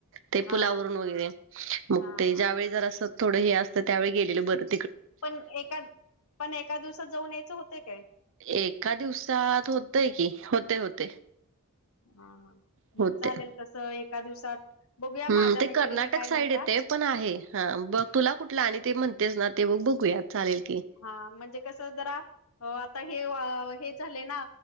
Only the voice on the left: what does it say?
हा
हा
हा
पण एका पण एका दिवसात जाऊन यायचं होत काय
हा मग
चालेल तस एका दिवसात बघूया
माझ्या
मैत्रिणी
काय
म्हणतात
हा म्हणजे कसं जरा आता हे हे झाले ना